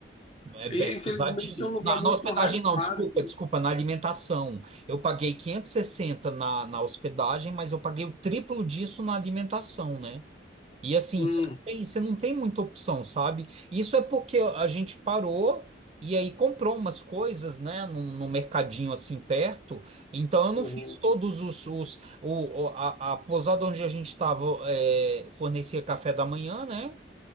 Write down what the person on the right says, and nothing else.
É,
é pesadinho.
Na, na
hospedagem,
não, desculpa, desculpa, na alimentação. Eu paguei 560 na, na hospedagem, mas eu paguei o triplo disso na alimentação, né? E assim,
você não tem, você não tem muita opção, sabe? Isso é porque a gente parou e aí comprou umas coisas, né, num, num mercadinho assim perto. Então eu
não fiz todos os, os o, o- a, a pousada onde a gente estava fornecia café da manhã, né?